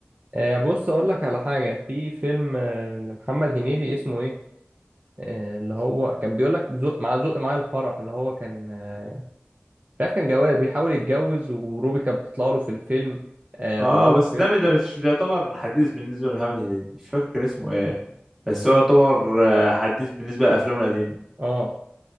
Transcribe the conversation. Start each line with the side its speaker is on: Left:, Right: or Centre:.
Right: آه، بص اقول لك على حاجه في فيلم آه، لمحمد هنيدي اسمه ايه آه، اللي هو كان بيقول لك زق مع زق مع الفرح اللي هو كان آه، مش عارف كان جواز بيحاول يتجوز وروبي كانت بتطلع له في الفيلم آه
Centre: اه
Right: طلع له
Centre: بس
Right: في الفيلم
Centre: ده ده مش ده يعتبر حديث بالنسبه لمحمد هنيدي مش فاكر كان اسمه ايه بس
Right: امم
Centre: هو يعتبر آه، حديث بالنسبه لافلامه القديمه
Right: اه